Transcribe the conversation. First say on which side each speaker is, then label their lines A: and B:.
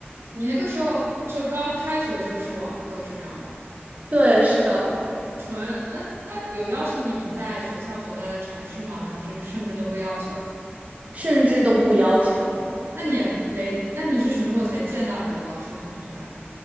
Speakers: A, on the right; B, on the right.
A: 你那个时候就刚开学就是网课是这样吗？
B: 对，是的，
A: 纯，嗯，那有要求你们在学校所在的城市吗？还是甚至都不要求？
B: 甚至都不要求，
A: 那你也没，那你是什么时候才见到你的老师同学啊？